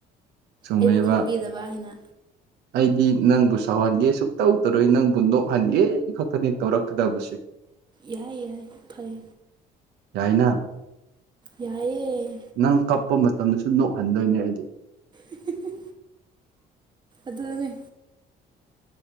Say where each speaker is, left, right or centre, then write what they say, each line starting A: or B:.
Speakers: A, on the right; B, on the right.
A: ꯆꯨꯝꯃꯦꯕ
B: ꯑꯩꯕꯨ ꯈꯪꯕꯤꯗꯕ ꯍꯥꯏꯅ
A: ꯑꯩꯗꯤ ꯅꯪꯕꯨ ꯁꯥꯎꯍꯟꯒꯦ ꯁꯨꯛꯇꯧ ꯇꯧꯔꯣꯏ ꯅꯪꯕꯨ ꯅꯣꯛꯍꯟꯒꯦ ꯈꯛꯇꯅꯤ ꯇꯧꯔꯛꯀꯗꯕꯁꯦ
B: ꯌꯥꯏ ꯌꯥꯏ ꯐꯩ
A: ꯌꯥꯏꯅꯥ
B: ꯌꯥꯏ ꯌꯦ
A: ꯅꯪ ꯀꯞꯄ ꯃꯇꯝꯗꯁꯨ ꯅꯣꯛꯍꯟꯗꯣꯏꯅꯦ ꯑꯩꯗꯤ
B: ꯏ ꯍꯤ ꯍꯤ ꯑꯗꯨꯅꯤ